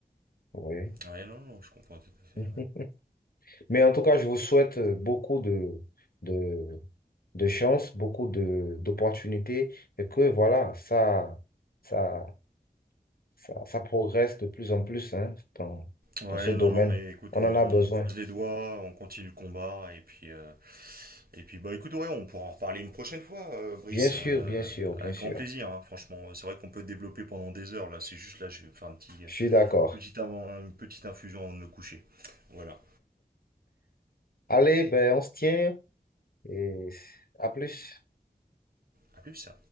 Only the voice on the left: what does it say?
Oui.
<laughs> Mais en tout cas, je vous souhaite beaucoup de, de, de chance, beaucoup de, d'opportunités et que voilà, ça, ça, ça, ça progresse de plus en plus hein, dans,
dans ce domaine.
On
en a besoin.
Bien sûr,
bien sûr, bien
sûr.
Je suis d'accord.
Allez, ben, on se tient et à plus.